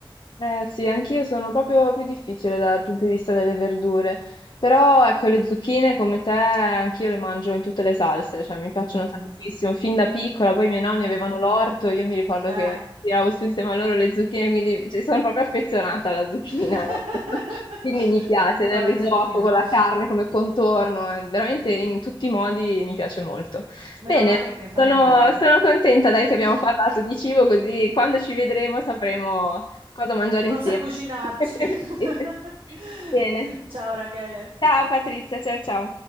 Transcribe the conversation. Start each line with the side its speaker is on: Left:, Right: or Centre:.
Left: Eh sì, anch'io sono proprio più difficile dal punto di vista delle verdure, però ecco le zucchine come te anch'io le mangio in tutte le salse, cioè mi piacciono
Right: Mm.
Left: tantissimo, fin da piccola, poi i miei nonni
Right: Mhm.
Left: avevano l'orto, io mi ricordo
Right: Eh.
Left: che tiravo su insieme a loro le zucchine, quindi ci sono proprio affezionata alla zucchina,
Right: <laughs>
Left: ecco. <laughs> quindi mi piace
Right: Viva
Left: nel
Right: la
Left: risotto,
Right: zucchina.
Left: con la carne come contorno, eh, veramente in tutti i modi mi piace molto.
Right: Meno
Left: Bene.
Right: male che fanno
Left: Sono,
Right: bene.
Left: sono contenta, dai, che
Right: <laughs>
Left: abbiamo parlato di cibo, così quando ci vedremo sapremo cosa mangiare
Right: Cosa
Left: insieme.
Right: cucinarci?
Left: <laughs>
Right: <laughs>
Left: Bene.
Right: Ciao Rachele.
Left: Ciao Patrizia, ciao ciao.